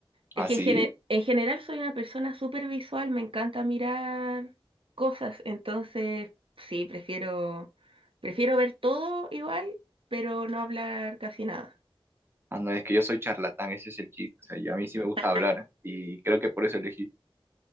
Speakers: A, on the right (about 65°); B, on the right (about 25°).
A: Es
B: ¿Así?
A: que en, gene- en general soy una persona súper visual, me encanta mirar cosas, entonces sí, prefiero, prefiero ver todo igual, pero no hablar casi nada.
B: Ah, no, es que yo soy charlatán, ese es el chiste. O sea, yo- a mí sí me gusta
A: <laughs>
B: hablar y creo que por eso elegí.